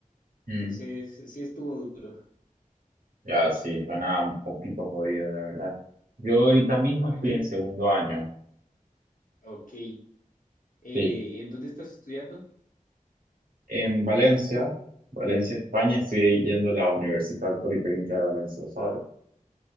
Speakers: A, on the right (about 80°); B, on the left (about 75°).
A: Mm,
B: Entonces, sí estuvo duro.
A: ya, sí, suena un poquito jodido, la verdad. Yo ahorita mismo
B: Ahorita,
A: estoy en
B: en-
A: segundo año,
B: ok, eh,
A: sí.
B: ¿en dónde estás estudiando?
A: En Valencia, Valencia, España, estoy yendo a la Universidad Politécnica de Valencia, ¿sabes?